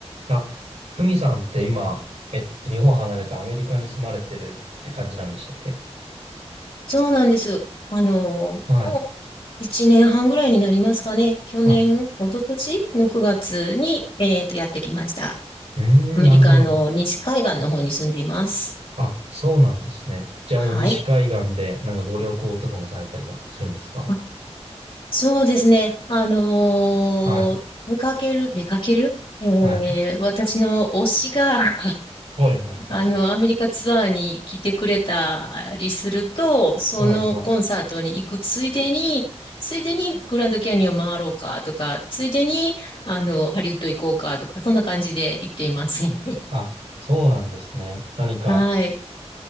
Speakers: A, on the right (about 75°); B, on the left (about 50°).
A: あ、ふみさんって今、えっと、日本を離れたアメリカに住まれてるって感じなんでしたっけ
B: そうなんです。あの、
A: はい。
B: もう1年半ぐらいになりますかね。去年、
A: あ、
B: 一昨年の9月に、えっと、やってきました。
A: うーん、
B: アメリカの西海岸の方に住んでいます。
A: なるほど。あ、そうなんですね。じゃあもう西海岸でなんかご旅行とかもされたりはするんですか
B: はい。あそうですね。あのー出かける、
A: はい。
B: 出かけるえー、
A: はい。
B: 私の推しが
A: はいはいはい。
B: あの、アメリカツアーに来てくれたりすると、そのコンサートに行くついでに、
A: はいはい。
B: ついでにグランドキャニオン回ろうかとか、ついでに、あの、ハリウッド行こうかとか、そんな感じで行っています。<laughs>
A: <laughs> あ、そうなんですね。何か、
B: はい。